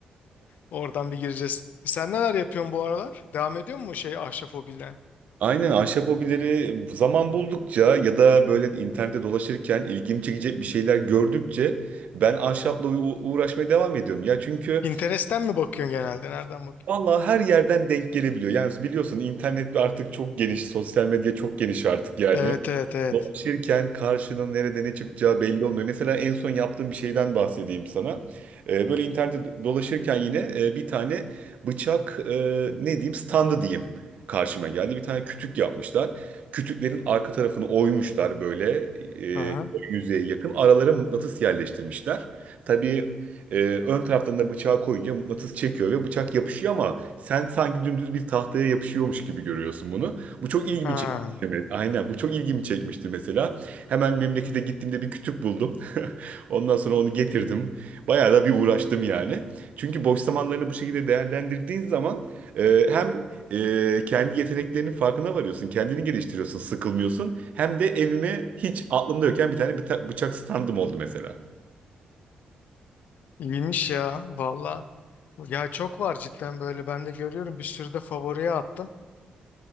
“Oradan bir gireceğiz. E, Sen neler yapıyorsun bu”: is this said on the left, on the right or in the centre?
Left